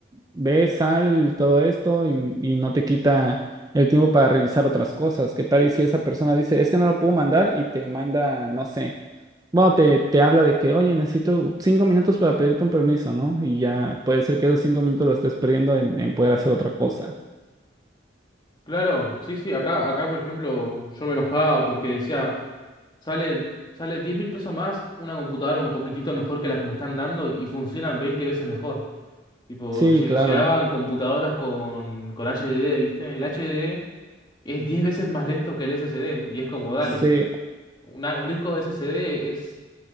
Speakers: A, on the right; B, on the left.
A: ve, sal, todo esto y, y no te quita el tiempo para realizar otras cosas. ¿Qué tal y si esa persona dice, es que no lo puedo mandar y te manda, no sé, bueno, te, te habla de que, oye, necesito cinco minutos para pedirte un permiso, ¿no? Y ya puede ser que esos cinco minutos lo estés perdiendo en, en poder hacer otra cosa.
B: Claro, sí, sí, acá, acá por ejemplo yo me enojaba porque decía, salen, sale diez mil pesos más una computadora un poquitito mejor que las que me están dando y funcionan 20 veces mejor. Tipo,
A: Sí,
B: lle-
A: claro.
B: llegaban computadoras con, con HDD, ¿viste? El HDD es 10 veces más lento que el SSD y es como, dale,
A: Sí,
B: una- un disco de SSD es,